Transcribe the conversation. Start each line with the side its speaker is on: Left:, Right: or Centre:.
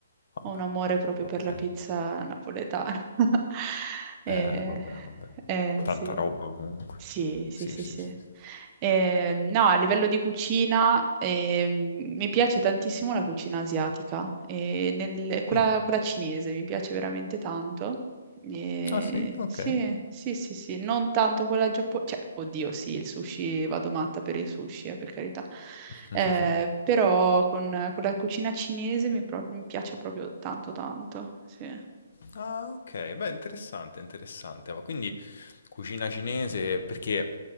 Left: Vabbè,
Right: ho un amore proprio
Left: va
Right: per
Left: bene.
Right: la pizza napoletana. <laughs> Eh,
Left: Eh, vabbè, vabbè.
Right: eh,
Left: Tanta
Right: sì.
Left: roba comunque.
Right: Sì, sì,
Left: Sì,
Right: sì,
Left: sì,
Right: sì.
Left: sì, sì.
Right: Eh, no, a livello di cucina, ehm, mi piace tantissimo la cucina asiatica, e nel- quella,
Left: Mh.
Right: quella cinese mi piace veramente tanto. Eh,
Left: Ah sì? Okay.
Right: sì, sì, sì, sì, non tanto quella giapponese, cioè, oddio, sì, il sushi, vado matta per il sushi, eh, per carità.
Left: <laughs>
Right: Eh, però con, con la cucina cinese mi, pro- mi piace proprio tanto, tanto. Sì,
Left: Ah, ok, beh, interessante, interessante. Ma quindi cucina cinese, perché